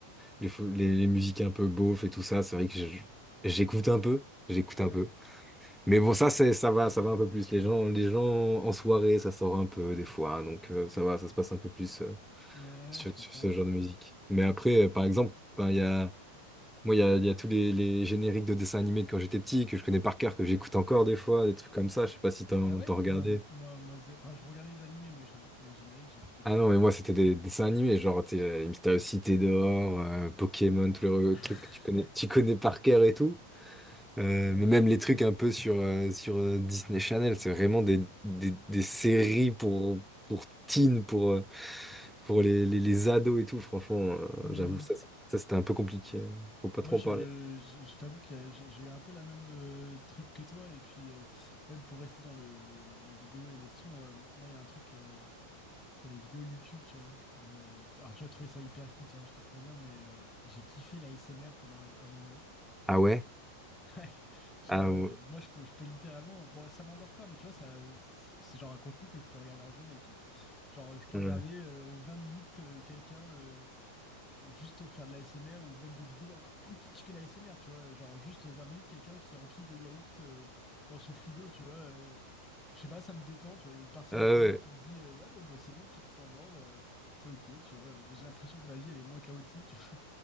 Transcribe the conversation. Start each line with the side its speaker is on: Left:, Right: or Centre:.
Centre: les, fo- les, les musiques un peu beauf et tout ça, c'est vrai que je- j'écoute un peu, j'écoute
Left: Ouais.
Centre: un peu. Mais bon, ça, c'est, ça va, ça va un peu plus. Les gens, les gens en soirée, ça sort un peu des fois, donc euh, ça va, ça se passe un peu plus euh,
Left: Ouais,
Centre: sur,
Left: je comprends.
Centre: sur ce genre
Left: ouais.
Centre: de musique. Mais après, euh, par exemple, ben, il y a, moi, il y a, il y a tous les, les génériques de dessins animés de quand j'étais petit, que je connais par cœur, que j'écoute encore des fois, des trucs comme ça, je sais pas si t'en,
Left: Ah ouais?
Centre: t'en regardais.
Left: Ah non, moi, moi, zéro- Enfin, je regardais les animés, mais je t'avoue que les génériques, j'ai complètement
Centre: Ah non,
Left: zappé
Centre: mais moi,
Left: pour
Centre: c'était
Left: le coup.
Centre: des, des dessins animés, genre t'es, euh, Mystérieuse Cité dehors, euh, Pokémon, tous les re-
Left: <laughs>
Centre: trucs que tu connais, tu connais par cœur et tout. Euh,
Left: Ouais.
Centre: mais même les trucs un peu sur, euh, sur euh, Disney Channel, c'est vraiment des, des, des séries pour, pour teen, pour, euh, pour les, les, les ados et tout. Franchement, euh,
Left: Hmm.
Centre: j'avoue, ça, c'est- ça c'était un peu compliqué. Faut pas
Left: Moi,
Centre: trop
Left: je,
Centre: en parler.
Left: je, je t'avoue que j'ai j'ai eu un peu la même euh, truc que toi. Et puis, euh, même pour rester dans le, le- les, les vidéos et les sons, euh, moi, il y a un truc, euh, c'est les vidéos YouTube, tu vois. Euh, alors, tu vas trouver ça hyper kitsch, hein, je te préviens, mais euh, j'ai kiffé la l'ASMR pendant un, un moment.
Centre: Ah ouais?
Left: Ouais. Genre,
Centre: Ah
Left: euh,
Centre: ouais.
Left: moi, je peux, je peux littéralement. Bon, ça m'endort pas, mais tu vois, ça, c'est genre un contenu que je peux regarder en journée, tu vois. Genre, je peux
Centre: Ouais.
Left: regarder euh, 20 minutes euh, quelqu'un euh, juste faire de la l'ASMR ou même des vidéos encore plus kitsch que la l'ASMR, tu vois. Genre, juste 20 minutes, quelqu'un qui enquille des yaourts euh, dans son frigo, tu vois. euh, je sais pas, ça me détend, tu vois. Il y a une partie
Centre: Ah
Left: de mon cerveau
Centre: ouais.
Left: qui me dit, euh, ouais, bon, bah, c'est bon, tout est en ordre, euh, c'est ok, tu vois. J'ai l'impression que ma vie, elle est moins chaotique, tu vois.